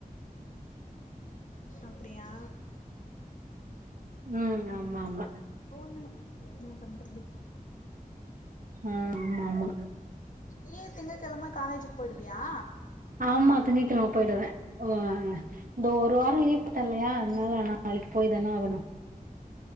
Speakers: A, on the left; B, on the right.
A: அப்டியா
B: <unintelligible> ம்
A: ம் என்ன பண்றது
B: ஆ ஆமா ஆமா
A: நீயே திங்கட்கெழம காலேஜ் போய்டுவியா
B: ஆமா திங்ககெழம போய்டுவ அ இந்த ஒருவ லீவ் போட்ட இல்லியா அதனால போய் தான ஆகணு